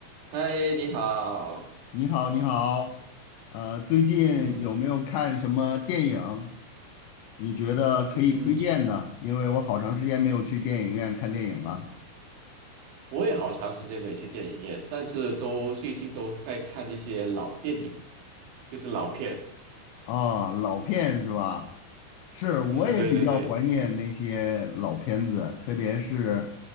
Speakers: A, on the right (about 80°); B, on the left (about 75°).
A: 嗨，你好。
B: 你好，你好，呃，最近有没有看什么电影？
A: 嗯
B: 你觉得可以推荐的？
A: 嗯，
B: 因为我好长时间没有去电影院看电影了。
A: 我也好长时间没去电影院，但是都最近都在看一些老电影，就是老片。
B: 啊，老片是吧？是，我也比较怀念那些老片子，
A: 嗯，对对对，
B: 特别是